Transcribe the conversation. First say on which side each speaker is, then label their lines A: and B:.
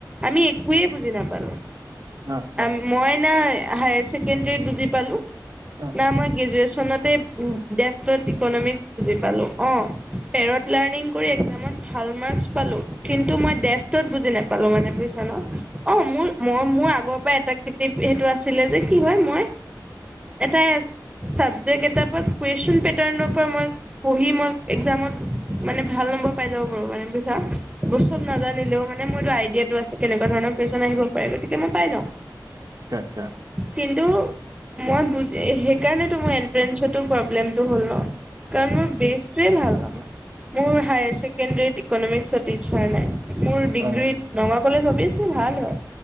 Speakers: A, on the right; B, on the right.
A: আমি একোৱে বুজি নাপালো
B: অ
A: আ
B: অ
A: মই না হায়াৰ ছেকেণ্ডৰীত বুজি পালো
B: আচ্ছা
A: ন মই গ্ৰেজয়েচ ন অ দেফতত ইকনমি বুজি পালোঁ অহ তেৰহ পিলাইনিগ কৰি ইকজাত ভাল মাকচ পালোঁ কিন্তু মই দেফতত বুজি নাপালোঁ মানে বুজিছা ন অ মোৰ মই মোৰ আগৰ অ এটা কৃতিপ আছিল সেইটো আছিলে যে কি হয় মই এটা চাবজেকট এাৰ কুৱেশন পেটাৰ্ পৰা মই পঢ়ি মই একজামত মানে ভাল নম্বৰ পাই যাব পাৰো মানে ব চব নাজানিলেও মানে মোৰো আইডিয়াটো আছে। কেনেকুৱা ধৰণৰ কুৱেশন আহিব পাৰে। গতিকে মই পাই ন
B: আচ্ছা আচ্ছা।
A: কিন্তু মই বুজ-সেইকাৰণেতো মোৰ এন্ট্ৰেন্ঞ্চতো প্ৰব্লেমটো হ'ল ন। কাৰণ মোৰ বেছটোৱে ভাল ন। মোৰ হেয়াৰ ছেকণ্ডৰীত ইকনমিক ত্ৰিছৰ নাই। মোৰ ডিগ্ৰীত
B: অ
A: ন অবিয়েচলি ভাল হয়।